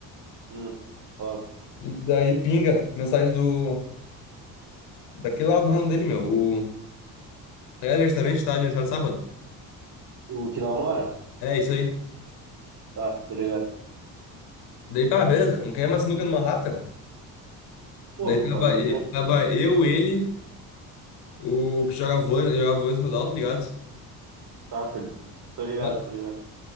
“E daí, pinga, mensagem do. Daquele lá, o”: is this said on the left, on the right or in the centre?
Left